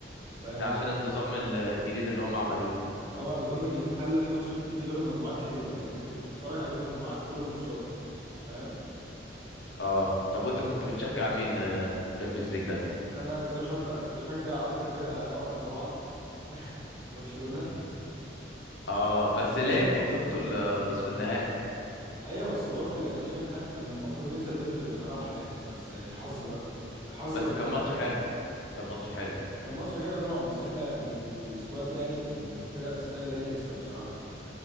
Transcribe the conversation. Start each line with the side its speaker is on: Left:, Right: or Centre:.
Right: فاهم
Left: ده
Right: قصدي
Left: عشان النظام الجديد اللي هم عملوه
Right: اه النظام الجديد خلى في ماتشات كتير في دور المجموعات حلوه يعني انت كنت تتفرج على دور المجموعات في كل الماتشات فاهم
Left: اه طب وانت كنت بتشجع مين الشامبيونز ليج ده
Right: انا كنت بشجع كنت بشجع اكتر فرقه فقر طبعا برشلونه
Left: مم. اه بس ليه انتوا وصلتوا لنصف النهائي
Right: ايوه بس برضه يعني انا شايف ان احنا كنا المفروض نكسب انتر بصراحه يعني بس يعني الحظ بقى الحظ
Left: بس
Right: والحكم
Left: كان ماتش
Right: يعني
Left: حلو كان ماتش حلو
Right: كان ماتش حلو طبعا بس احنا بال... بالسكواد ده يعني كان الفرقه تستاهل اللي هي تكسب بصراحه